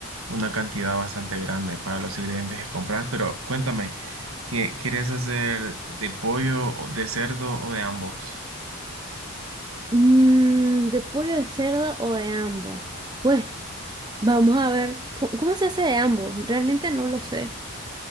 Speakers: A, on the right; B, on the right.
A: una cantidad bastante grande para los ingredientes que compras. Pero cuéntame, ¿tie- ¿quieres hacer de pollo, o de cerdo o de ambos?
B: Mm, ¿de pollo de cerdo o de ambos? Pues vamos a ver, ¿cómo, cómo se hace de ambos? Realmente no lo sé.